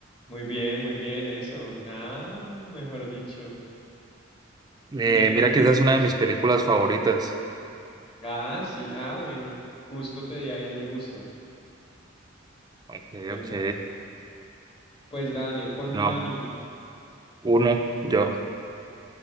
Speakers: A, on the left; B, on the right.
A: Muy bien, muy bien, eso. Nada, mejor dicho,
B: Eh,
A: ni dos
B: mira
A: minutos.
B: que esa es una de mis películas favoritas.
A: Ah, sí, ah, bueno, justo te di ahí el gusto.
B: Ok,
A: Pues
B: ok.
A: nada, pues dale, ponme
B: No,
A: una a mí,
B: uno, yo.